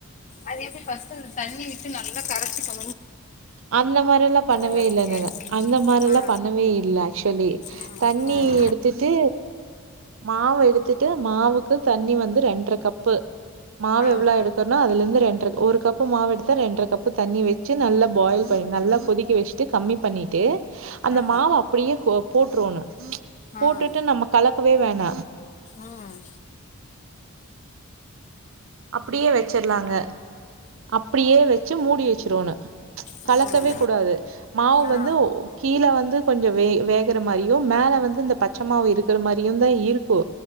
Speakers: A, on the left (about 35°); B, on the right (about 65°).
A: அது எப்டி ஃபஸ்ட் அந்த தண்ணி விட்டு நல்லா கரச்சி கொ
B: அந்த மாரி எல்லா பண்ணவே
A: அளவுக்கு
B: இல்ல நானு அந்த மாரி எல்லா
A: ஆ
B: பண்ணவே இல்ல ஆக்ச்வலி
A: ம்
B: தண்ணி
A: ம்
B: எடுத்துட்டு மாவு எடுத்துட்டு மாவுக்கு தண்ணி வந்து ரெண்டர கப்பு மாவு
A: ஆ
B: எவ்ளோ எடுக் த்தனா அதுலந்து இரண்டர ஒரு கப்பு மாவு எடுத்தா ரெண்டர கப்பு தண்ணி வெச்சு நல்லா பாயில் பண்ணி நல்லா கொதிக்க வச் ட்டு கம்மி பண்ணிட்டு அந்த
A: ஆ
B: மாவ அப்டியே கோ போட்றோனு
A: ஆ
B: போட்டுட்டு
A: ம்
B: நம்ம கலக்கவே வேணா
A: ம்
B: அப்டியே வச்சர்லாங்க அப்டியே வெ ச்சு மூடி வச்சிருவோனு
A: ம்
B: கலக்கவே கூடாது மாவு வந்து
A: ஆ
B: கீழ வந்து கொஞ்ச வே வேகற மாரியு மேல வந்து இந்த பச்ச மாவு இருக்கற மாரியு தா இருக்கு